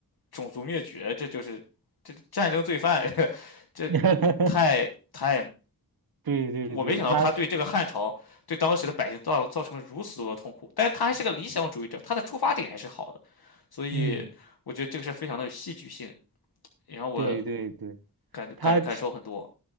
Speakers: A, on the left; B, on the right.
A: 种族灭绝，这就是这战争罪犯，<laughs> 这
B: <laughs>
A: 太太
B: 对对对，
A: 我没想到他对这个汉朝、
B: 他，
A: 对当时的百姓造造成了如此多的痛苦，但是他还是个理想主义者，他的出发点还是好的，所以我觉得这个事儿非常的有戏剧性，
B: 嗯，
A: 也让我
B: 对对对，
A: 感感感受很多。
B: 他